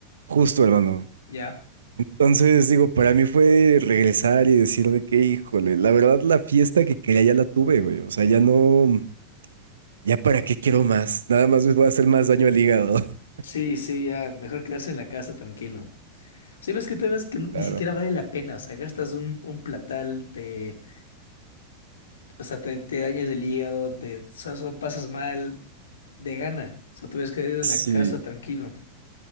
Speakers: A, on the right; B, on the left.
A: Justo, hermano.
B: Ya.
A: Entonces, digo, para mí fue regresar y decir de que, híjole, la verdad la fiesta que quería ya la tuve, güey. O sea, ya no, ya para qué quiero más. Nada más me voy a hacer más daño al hígado. <laughs>
B: Sí, sí, ya, mejor quedarse en la casa tranquilo. Sí, ves que te ves que ni
A: Claro.
B: siquiera vale la pena, o sea, gastas un, un platal, te, o sea, te, te dañas el hígado, te, o sea, so- pasas mal de gana, o sea, te hubieras quedado en
A: Sí,
B: la casa tranquilo,